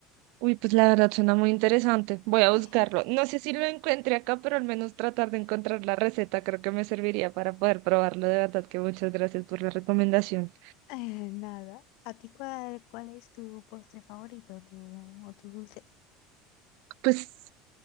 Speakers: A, on the right; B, on the left.
A: Uy, pues la verdad suena muy interesante. Voy a buscarlo.
B: <laughs>
A: No sé si lo encuentre acá, pero al menos tratar de encontrar la receta creo que me serviría para poder probarlo. De verdad que muchas gracias por la recomendación.
B: Eh, nada. ¿A ti cuál, cuál es tu postre favorito tu, o tu dulce?
A: Pues